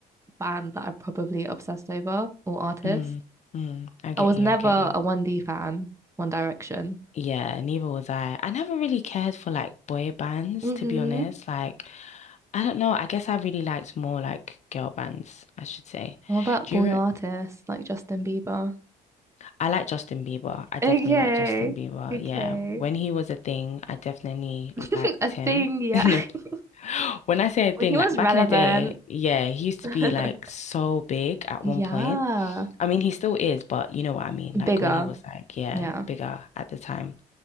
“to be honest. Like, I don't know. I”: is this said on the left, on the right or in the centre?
Left